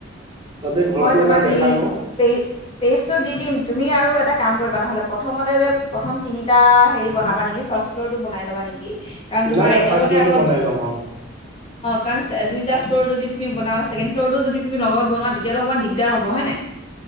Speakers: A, on the right; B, on the left.
A: তাতে ঘৰতো
B: মই তোমাক
A: এবাৰ দেখাই
B: লিংক
A: লওঁ
B: পেজ পেজটো দি দিম তুমি আৰু এটা কাম কৰিবা নহলে প্ৰথমতে যে প্ৰথম তিনিটা হেৰি বনাবা নেকি ফাৰ্ষ্ট ফ্ল'ৰ টো বনাই লবা নেকি। কাৰণ তোমাৰ
A: নাই নাই
B: একেলগতে
A: ফাৰ্ষ্ট ফ্ল'ৰটো
B: আগত
A: বনাই ল'ম অ
B: কাৰণ দুইটা। ফ্ল যদি তুমি বনাবা‌ চেকেণ্ড ফ্লৰটো যদি তুমি লগত বনোৱা তেতিয়াতো অকণমান দিগদাৰ হ'ব হয় নাই